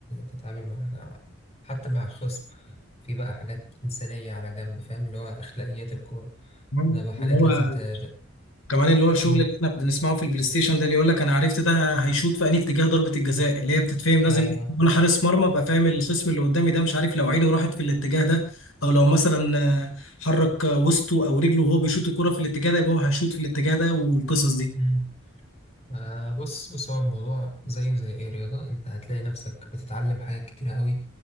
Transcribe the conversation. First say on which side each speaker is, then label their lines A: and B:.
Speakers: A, on the left; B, on the left.
A: تتعامل مع حتى مع خصم في بقى حاجات إنسانية على جنب فاهم اللي هو أخلاقيات الكورة
B: مم.
A: ده بقى حاجات
B: اللي هو
A: لازم ت... ت-
B: كمان اللي هو الشغل
A: <clears throat> مم.
B: اللي احنا بنسمعه في البلاي ستيشن ده اللي يقول لك انا عرفت ده هيشوط في انهي اتجاه ضربة الجزاء اللي هي بتتفهم لازم
A: أيوه
B: انا حارس مرمى ابقى فاهم الخصم اللي قدامي ده مش عارف لو عينه راحت في الاتجاه ده او لو مثلا آه، حرك آه، وسطه او رجله وهو بيشوط الكرة في الاتجاه ده يبقى هو هيشوط في الاتجاه ده والقصص دي
A: مم. آه بص بص هو الموضوع زيه زي أي رياضة أنت هتلاقي نفسك بتتعلم حاجات كتيرة قوي